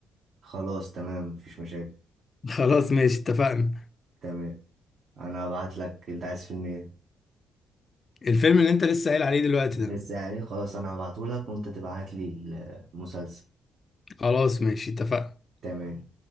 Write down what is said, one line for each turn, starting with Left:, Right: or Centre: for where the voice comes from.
Right: خلاص تمام مفيش مشاكل
Left: خلاص ماشي اتفقنا
Right: تمام انا هبعت لك انت عايز فيلم ايه
Left: الفيلم اللي انت لسه قايل عليه دلوقتي
Right: لسه
Left: ده
Right: يعني خلاص انا هبعته لك وانت تبعت لي المسلسل
Left: خلاص ماشي اتفقنا
Right: تمام